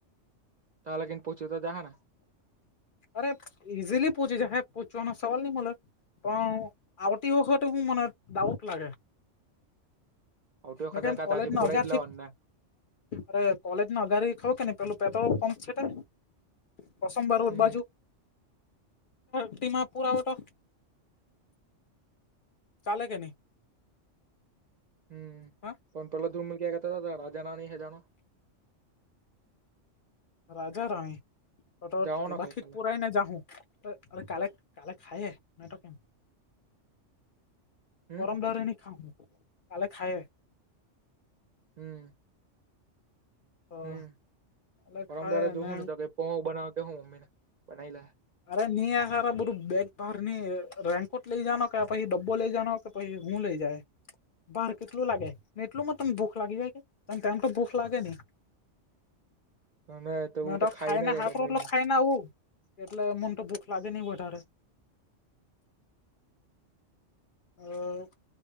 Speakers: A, on the right; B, on the left.
A: તા લગી જ તો પહોંચી તો જાહે ને.
B: અરે ઈઝીલી પૂછી છે, પૂછવાનો સવાલ નહીં મળલો. પણ આવતી વખત, હું મને ડાઉટ લાગે.
A: આવતી વખતે
B: બધાય
A: કા
B: કોલેજના
A: તાથી પુરાઈ
B: હગારશીટ.
A: જ લાવવાનું ને
B: અરે કોલેજ ના અગારી ખઉ કેન પેલું પેટ પંપ છે. કોસબ રોડ
A: હમ
B: બાજુ ટી પુરાવો તો. ચાલે કે નહીં.
A: હું
B: હા
A: પણ પહેલા દૂરમલ ક્યા કરતા, રાજાના નહીં જાના.
B: રાજા રાણીવાથી
A: જાવાનો કે કાલે
B: પુરાયને જાઉ. કાલે કાલે ખાય નાતો કેમ?
A: હમ
B: ગરમ દરેની ખાઉ, હું કાલે ખાય.
A: હું.
B: તો
A: હું
B: કાલે
A: પણ
B: ખાયે
A: અમદારજોવું
B: ને
A: નહીં તો, કેપો બનાવે કે, હું મમ્મી ને બનાવી લે.
B: અરે નિએ સાર બરું બેગ બહારની રેંનકોટ લઈ જ કે, પછી ડબ્બો લઈ જવાનું. તો પછી હું લઈ જાય. બાર કેટલું લાગે ને, એટલુંમાં તમને ભૂખ લાગી જાય કે, તમામ તો ભૂખ લાગે નહીં.
A: અને તેવું
B: મેતો
A: તો ખાઈને
B: ખાયને,
A: જાય
B: શાક-રોટલો
A: દબાઈને
B: ખાયના આવું. એટલે મનતો ભૂખ લાગે નહિ વધારે. <inaudible>